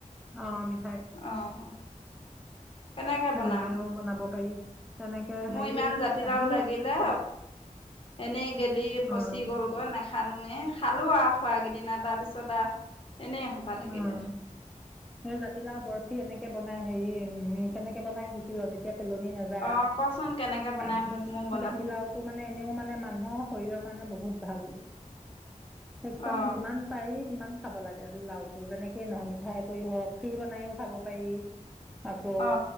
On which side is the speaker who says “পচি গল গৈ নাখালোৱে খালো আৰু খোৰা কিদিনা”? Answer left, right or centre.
Left